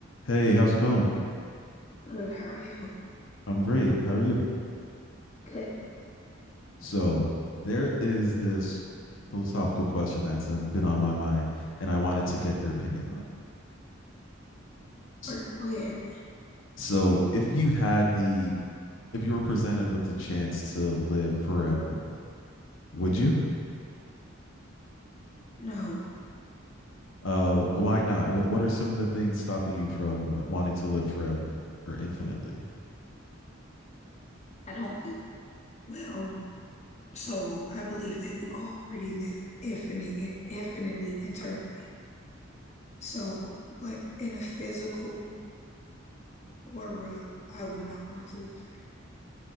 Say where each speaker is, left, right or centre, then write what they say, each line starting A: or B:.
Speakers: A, on the left; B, on the left.
A: Hey, how's it going?
B: Good. How are you?
A: I'm great. How are you?
B: Good.
A: So, there is this philosophical question that's uh, been on my mind, and I wanted to get your opinion on it.
B: Or
A: S-
B: Go ahead.
A: So, if you had the, if you were presented with the chance to live forever, would you?
B: No,
A: Uh, wh- why not? What What are some of the things stopping you from uh, wanting to live forever or infinitely?
B: I don't. Well, so I believe that we already live infinite, infinitely eternally. So, but in a physical aura, I would not want to live forever.